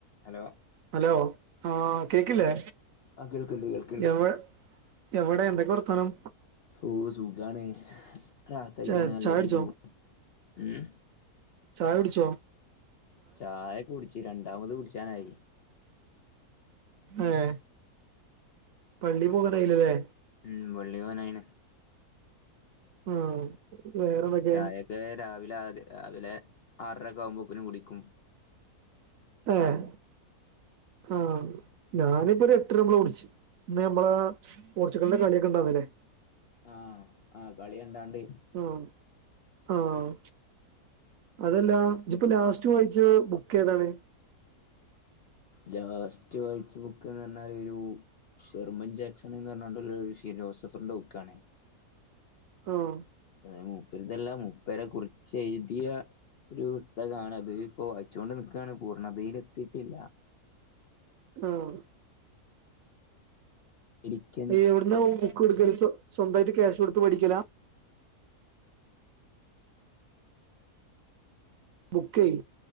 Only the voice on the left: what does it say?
hello
ആ കേൾക്കണ്ട് കേൾക്കണ്ട്
ഓ സുഖാണ് റാഹത്തായി
പോണ് നല്ല
രീതി പോ ഉം.
ചായ കുടിച്ചു രണ്ടാമത് കുടിച്ചാനായി.
ഉം പള്ളി പൊനായിണ്.
ചായയെക്കെ രാവിലെ ആ രാവിലെ ആറരക്കെ ആകുമ്പക്കിനും കുടിക്കും.
ആഹ് ആഹ് കളി കണ്ടാണ്ട്
ലാസ്റ്റ് വായിച്ച ബുക്ക് എന്ന് പറഞ്ഞാല് ഒരു ജെർമൻ ജാക്സണ്ന്ന് പറഞ്ഞാണ്ട് ഒരു ലോശ്യൻ ജോസഫർന്റെ ബുക്കാണ്.
അതായത് മൂപ്പരിതല്ല മുപ്പര കുറിച്ച് എഴുതിയ ഒരു പുസ്തകാണ് അത് ഇപ്പോ വായിച്ചുകൊണ്ട് നിക്കാണ് പൂർണ്ണതേല് എത്തീട്ടില്ല.
അമേരിക്കൻസ്